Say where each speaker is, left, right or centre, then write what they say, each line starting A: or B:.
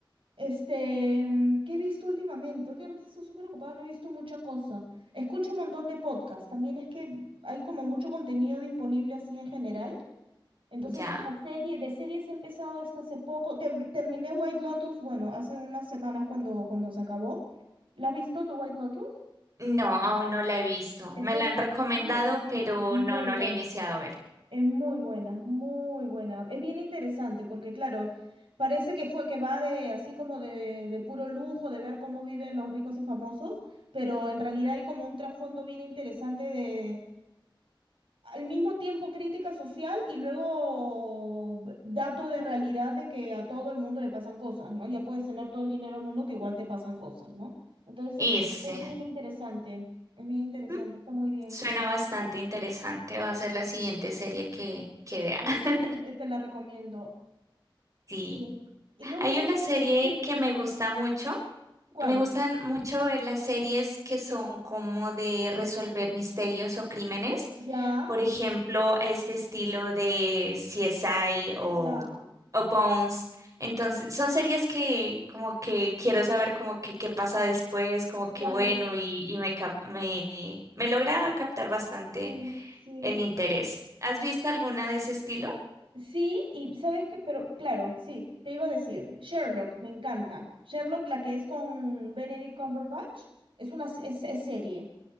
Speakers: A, on the right; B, on the right.
A: Este, mm, ¿qué he visto últimamente? Últimamente estoy súper ocupada, no he visto mucha cosa. Escucho un montón de podcasts. También es que hay como mucho contenido disponible así en general. Entonces,
B: ¿Ya?
A: la serie, de series he empezado esta hace poco. Te- terminé White Lotus, bueno, hace unas semanas cuando, cuando se acabó. ¿La has visto tu White Lotus?
B: No, aún no la he visto.
A: Ese
B: Me la
A: es,
B: han recomendado,
A: uh, sí,
B: pero
A: muy
B: no, no
A: bueno.
B: la he iniciado a ver.
A: Es muy buena, muy buena. Es bien interesante porque, claro, parece que fue que va de así como de, de puro lujo, de ver cómo viven los ricos y famosos, pero en realidad hay como un trasfondo bien interesante de al mismo tiempo crítica social y luego dato de realidad de que a todo el mundo le pasan cosas, ¿no? Ya puedes tener todo el dinero del mundo que igual te pasan cosas, ¿no? Entonces
B: Y
A: es,
B: sí,
A: es bien interesante, es bien interesante,
B: mm,
A: está muy bien.
B: suena bastante interesante. Va a ser la siguiente serie que, que vea.
A: Y
B: <laughs>
A: esa- esa la recomiendo.
B: Sí.
A: Sí. Y luego,
B: Hay
A: ¿sabes?
B: una
A: Sí,
B: serie
A: Dime, dime,
B: que me
A: perdón.
B: gusta mucho.
A: ¿Cuál?
B: Me gustan mucho ver las series que son como de resolver misterios o crímenes.
A: Ya,
B: Por ejemplo, este estilo de CSI o,
A: ya,
B: o Bones. Entonces, son series que como que quiero saber como que qué pasa después, como que
A: claro.
B: bueno, y, y me, cap- me, me logra captar bastante
A: Sí, sí.
B: el interés. ¿Has visto alguna de ese estilo?
A: Sí, y sabes que, pero claro, sí, te iba a decir, Sherlock, me encanta. Sherlock, la que es con Benedict Cumberbatch, es una s- es, es serie,